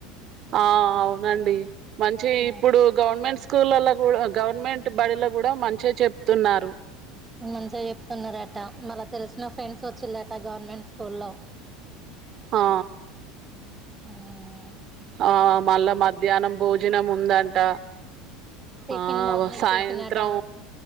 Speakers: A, on the right; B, on the right.
A: ఆ అవునండి మంచిగ
B: ఆ,
A: ఇప్పుడు గవర్నమెంట్ స్కూళ్ళలో కూడ గవర్నమెంట్ బడిలో కూడ మంచిగ చెప్తున్నారు
B: మంచిగ చెప్తున్నరట మల్ల తెలిసిన ఫ్రెండ్స్ వచ్చిలట గవర్నమెంట్ స్కూల్లో
A: ఆ అ
B: ఉమ్,
A: ఆ మల్ల మధ్యాహ్నం భోజనం ఉందంట
B: టిఫిన్
A: ఆ
B: మార్నింగ్
A: సాయంత్రం
B: టిఫిన్ అట